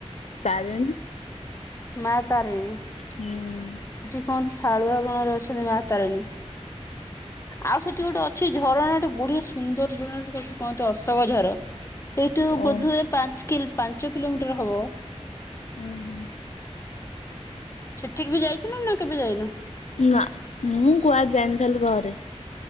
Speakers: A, on the left; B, on the left.
A: ତାରିଣୀ।
B: ମା ତାରିଣି।
A: ହୁଁ।
B: କହନ୍ତି ଶାଳୁଆ ବଣରେ ଅଛନ୍ତି ମା ତାରିଣୀ। ଆଉ ସେଠି ଗୋଟେ ଅଛି ଝରଣା ଗଟେ ବଢିଆ ସୁନ୍ଦର ଝରଣାଟେ କହନ୍ତି ଅଶୋକ ଝର। ଏଠୁ
A: ଓ
B: ବୋଧହୁଏ ପାଞ୍ଚ କି ପାଞ୍ଚ କିଲୋମିଟର ହବ।
A: ଉ ହୁଁ।
B: ସେଠିକି ବି ଯାଇଥିଲ ନା କେବେ ଯାଇନ?
A: ନା ମୁଁ କୁଆଡେ ଜାଏନି ଖାଲି ଘରେ।